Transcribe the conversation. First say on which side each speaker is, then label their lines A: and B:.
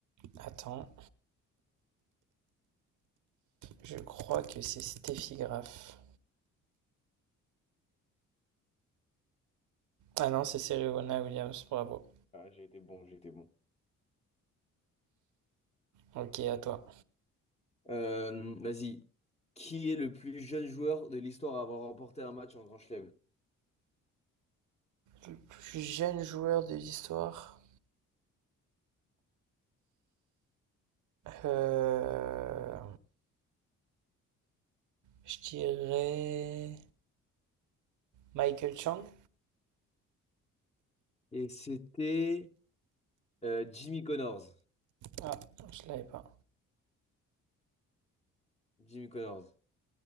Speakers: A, on the right (about 80°); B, on the left (about 20°).
A: Attends, je crois que c'est Steffi Graf. Ah non, c'est Serena Williams, bravo.
B: Ah, j'ai été bon, j'ai été bon.
A: Ok, à toi.
B: Euh, vas-y. Qui est le plus jeune joueur de l'histoire à avoir remporté un match en Grand Chelem?
A: Le plus jeune joueur de l'histoire Euh, je dirais Michael Chang.
B: Et c'était euh, Jimmy Connors.
A: Ah, je l'avais pas.
B: Jimmy Connors.